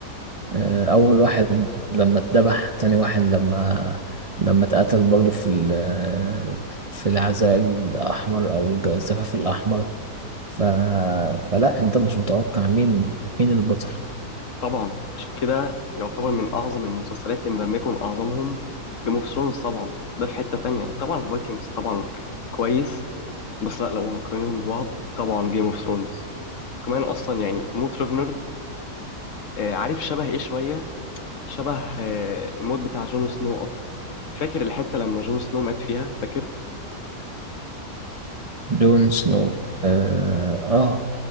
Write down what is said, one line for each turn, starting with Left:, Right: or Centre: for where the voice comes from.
Right: آه، اول واحد لما اتذبح تاني واحد لما لما اتقتل برضه في ال- في العزاء الاحمر او الج- الزفاف الاحمر ف... فلا انت مش متوقع مين مين البطل
Left: طبعا عشان كده يعتبر من أعظم المسلسلات إن لم يكن أعظمهم جيم اوف ثرونز طبعا ده في حتة تانية وطبعا الفايكنجز طبعا كويس بس لا لو هنقارنهم ببعض طبعا جيم اوف ثرونز كمان أصلا يعني موت راجنر آه، عارف شبه إيه شوية شبه آه، الموت بتاع جون سنو أكتر فاكر الحتة لما جون سنو مات فيها فاكر
Right: جون سنو اه,